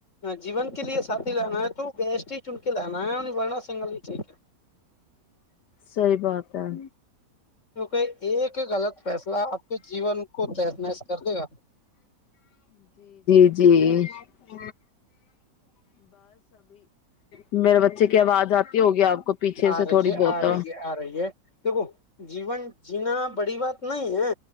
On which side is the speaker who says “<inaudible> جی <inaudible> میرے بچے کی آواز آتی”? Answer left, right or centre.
Left